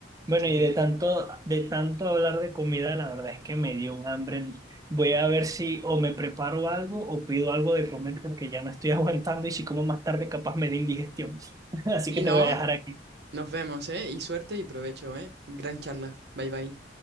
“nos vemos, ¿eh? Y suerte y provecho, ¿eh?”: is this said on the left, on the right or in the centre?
Right